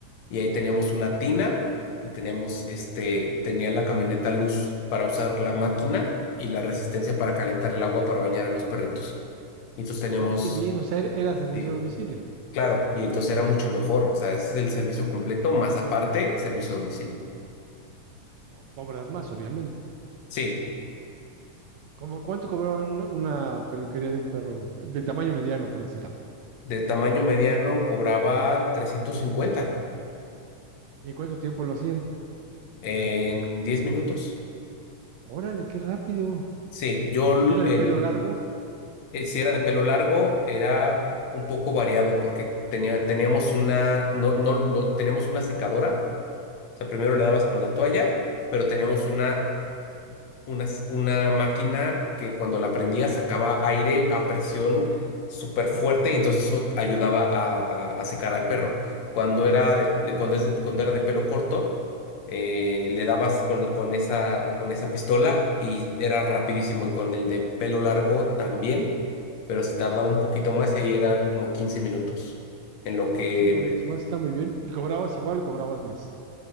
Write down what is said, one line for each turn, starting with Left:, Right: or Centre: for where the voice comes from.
Left: y ahí teníamos una tina y teníamos, este, tenía la camioneta luz para usar la máquina y la resistencia para calentar el agua para bañar a los perritos. Y entonces teníamos,
Right: Ah, qué bien. O sea, era, era servicio
Left: sí,
Right: a domicilio.
Left: claro, y entonces era mucho mejor, o sea, ese es el servicio completo, más aparte, servicio a domicilio.
Right: O- Cobras más, obviamente.
Left: Sí,
Right: ¿Cómo cuánto cobraban una, una peluquería de un perro de tamaño mediano, por decir algo?
Left: de tamaño mediano cobraba 350
Right: ¿Y en cuánto tiempo lo hacían?
Left: en 10 minutos.
Right: Órale, qué rápido.
Left: Sí, yo
Right: ¿Y si era de
Left: el,
Right: pelo largo?
Left: eh, si era de pelo largo, era un poco variado porque tenía, teníamos una, no, no, lo- teníamos una secadora. O sea, primero le dabas con la toalla, pero teníamos una una, una máquina que cuando la prendía sacaba aire a presión súper
Right: Ujú.
Left: fuerte y entonces eso ayudaba a, a- a secar al perro. Cuando era de, de- cuando es de- cuando era de pelo corto, eh, le dabas con, con esa, con esa pistola y era rapidísimo. Y con el de pelo largo también, pero se tardaba un poquito más y ahí eran como 15 minutos en lo
Right: Ah,
Left: que
Right: pues cinco minutos más, está muy bien. ¿Y cobrabas igual o cobrabas más?